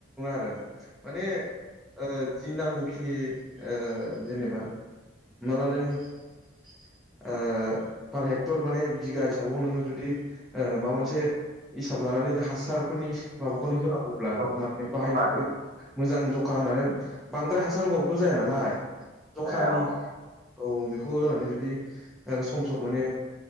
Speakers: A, in the centre; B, on the right.
A: औ माने ओ जि नांगौखिनि ओ जेनेबा होमनाला नों ओ पार हेक्टर माने बिगा हिसाबाव नोङो जुदि ओ माबा मोनसे हिसाब लानानै जे हासारफोरनि माबाखौनो होनांगौब्ला
B: नङा
A: माने बाहायनानै
B: जखा
A: मोजां ज अखा होनानै बांद्राय हासार होबाबोथ' जाया नालाय जखानि
B: जाया औ
A: औ औ बेखौ होनानै जुदि आरो सम सम माने